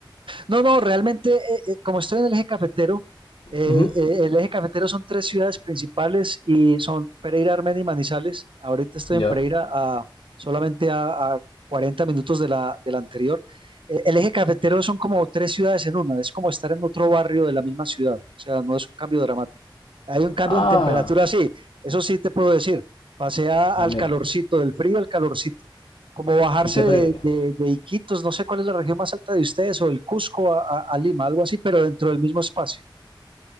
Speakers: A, on the right; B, on the left.
A: No, no, realmente, eh, eh, como estoy en el eje cafetero, eh,
B: Ujú,
A: eh, el eje cafetero son tres ciudades principales y son Pereira, Armenia y Manizales. Ahorita estoy
B: Ya.
A: en Pereira a, solamente a, a 40 minutos de la, de la anterior. Eh, el eje cafetero son como tres ciudades en una, es como estar en otro barrio de la misma ciudad, o sea, no es un cambio dramático. Hay un cambio
B: Ah,
A: en temperatura, sí, eso sí te puedo decir. Pasé a- al
B: ah, mira.
A: calorcito, del frío al calorcito como bajarse
B: ¿Y qué pre...
A: de, de, de Iquitos, no sé cuál es la región más alta de ustedes, o del Cusco a, a- a Lima, algo así, pero dentro del mismo espacio.